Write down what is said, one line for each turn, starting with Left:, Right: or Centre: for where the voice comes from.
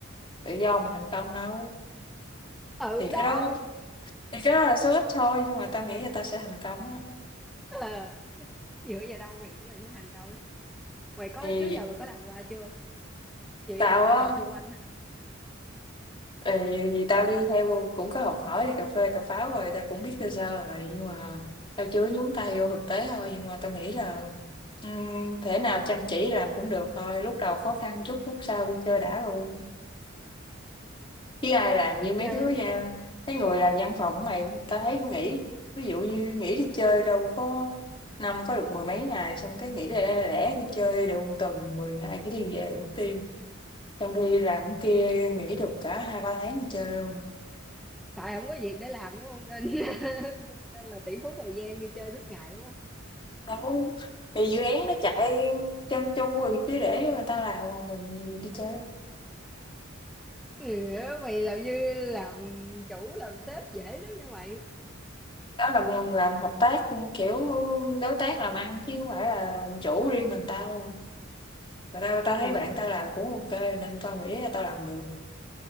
Left: tự do mà thành công đâu
Centre: ừ
Left: thì cái
Centre: đó
Left: đó Thì cái đó là số ít thôi, nhưng mà tao nghĩ là tao sẽ thành công á.
Centre: Ờ, dựa vào đâu mày nghĩ mày sẽ thành công mày có
Left: Thì
Centre: trước giờ mày có làm qua chưa dựa
Left: tao
Centre: vào bạn
Left: á,
Centre: bè xung quanh hả
Left: ừ, thì tao đi theo cũng có học hỏi đi cà phê cà pháo rồi, tao cũng biết sơ sơ rồi, nhưng mà tao chưa nhúng tay vô thực tế thôi, nhưng mà tao nghĩ là ừm, thể nào chăm chỉ làm cũng được thôi, lúc đầu khó khăn chút, lúc sau đi chơi đã luôn. Chứ ai làm
Centre: à
Left: như
Centre: đi
Left: mấy
Centre: chơi
Left: đứa ra, mấy người làm văn phòng mày, tao thấy nghỉ, ví dụ như nghỉ đi chơi đâu có năm có được mười mấy ngày xong cái nghỉ lẻ lẻ lẻ đi chơi được một tuần 10 ngày cái đi về mất tiêu Trong khi làm cái kia nghỉ được cả hai ba tháng đi chơi luôn.
Centre: tại không có việc để làm đúng không nên <laughs> nên là tỷ phú thời gian đi chơi suốt ngày đúng không
Left: Đâu, thì dự án nó chạy chân chu rồi cứ để người ta làm còn mình đi chơi.
Centre: ừ, mày làm như làm chủ làm sếp dễ lắm như mày
Left: Đó là mình làm hợp tác kiểu đối tác làm ăn chứ không phải là làm chủ riêng mình tao. Mà tao tao thấy
Centre: ừ,
Left: bạn tao làm cũng ok nên tao nghĩ là tao làm được.